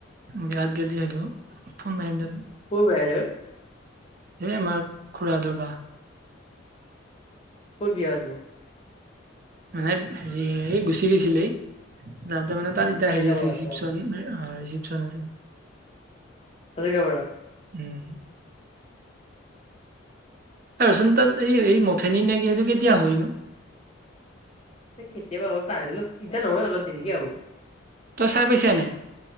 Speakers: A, on the right (about 45°); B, on the left (about 30°).
A: বিয়াত গেলি সেইটো ফোন মাৰিম দে টোক,
B: ক'ৰ বিয়া ঐ
A: এ আমাৰ খুৰা হঁতৰ বা।
B: ক'ত বিয়া টো?
A: মানে হেৰি গুচি গৈছিলেই যাওঁতে মানে তাত এতিয়া
B: হাজৰিকাপাৰা
A: হেৰি আছে ৰিচিপচন
B: আচ্ছা
A: ৰিচিপচন আছে।
B: হাজৰিকাৰ পৰা
A: উম, আৰু ৰচোন তাত এই এই মথেনী নেকি সেইটো কেতিয়া হয়নো?
B: এ কেতিয়াবা হয় পাহৰিলো ইটা নহয় অলপ দেৰিকে হ'ব।
A: তই চাই পাইছা নাই?